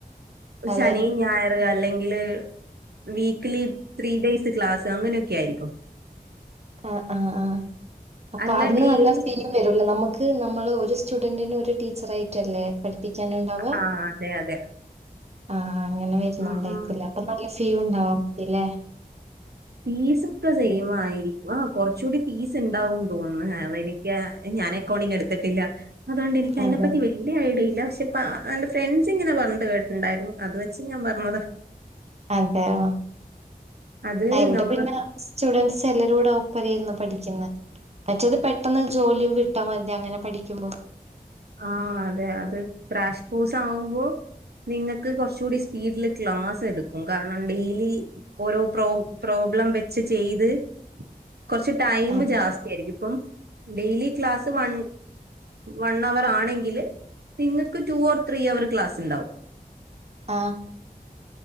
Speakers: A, on the right; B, on the right.
A: അതെ
B: ശനി, ഞായർ അല്ലെങ്കില് വിക്കിലി ത്രീ ഡേയ്‌സ് ക്ലാസ്സ് അങ്ങനൊക്കെ ആരിക്കും
A: ആാ ആാ ആാ അപ്പൊ
B: അല്ല
A: അതിന്
B: ഡെയിലി
A: നല്ല <unintelligible> വരൂല്ലോ നമ്മക്ക് ഇത് നമ്മള് ഒരു സ്റ്റുഡൻറിന് ഒര് ടീച്ചറയിട്ടല്ലേ പഠിപ്പിക്കാന് ഇണ്ടാവ്യാ
B: ആഹ് അതെ അതെ
A: ആ അങ്ങനെ വെരുന്നണ്ടായിക്കൂല്ലോ
B: ഉം ഉം
A: അപ്പൊ നല്ല ഫീ ഒണ്ടാവു മതില്ലേ
B: ഫീസ് ഒക്കെ സെയിം ആയിരിക്കും ആ കൊറച്ചുടി ഫീസ് ഇണ്ടാവുന്ന് തോന്നുന്നു <unintelligible> അത് എനിക്ക്യാ ഞാൻ അക്കൗണ്ടിങ് എടുത്തിട്ടില്ല അത് കൊണ്ട് എനിക്ക് അതിനെപ്പറ്റി
A: അതെ
B: വല്ല്യായ ഐഡിയില്ല പശേ അപ്പാ എന്റെ ഫ്രണ്ട്സ് ഇങ്ങനെ പറഞ്ഞാത് കേട്ടിട്ട്ണ്ടാരുന്നു അത് വെച്ച് ഞാൻ പറഞ്ഞതാ
A: അതെയോ
B: അത്
A: ആ ഇവടെ
B: നമ്മൾ
A: പിന്നെ സ്റ്റുഡൻറ്സ് എല്ലാരുടെ ഓപ്പരേ ഇര്ന്ന് പഠിക്ക്ന്നേ മറ്റേത് പെട്ടെന്ന് ജോലിയും കിട്ടാ മതി അങ്ങനെ പഠിക്ക്മ്പോ
B: ആ അതെ അത് ക്രാശ് കോഴ്സ് ആവുമ്പോ നിങ്ങക്ക് കൊറച്ചുടി സ്പീഡില് ക്ലാസ് എടുക്കും കാരണം ഡെയിലി ഓരോ പ്രൊ പ്രോബ്ലം ഉം വെച്ച് ചെയ്ത്
A: <inaudible>
B: കുറച്ച് ടൈം
A: ആഹ്
B: ജാസ്തിയായിരിക്കും ഇപ്പം ഡെയിലി ക്ലാസ് വൺ വൺ ണ്ണവറാണെങ്കിൽ നിങ്ങക്ക് two or three hour class ണ്ടാവും.
A: ആഹ്